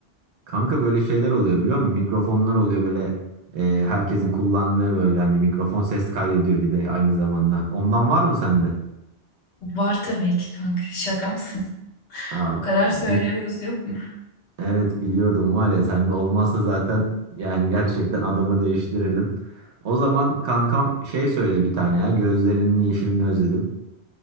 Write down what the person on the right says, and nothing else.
Kanka böyle şeyler oluyor biliyor musun? Mikrofonlar oluyor böyle e, herkesin kullandığı böyle hani mikrofon ses kaydediyor bir de aynı zamanda. Ondan var mı sende?
Aa,
bi-
Evet biliyordum var ya sen de olmazsa zaten yani gerçekten adamı değiştirirdim. O zaman kankam şey söyle bir tane ya gözlerinin yeşilini özledim.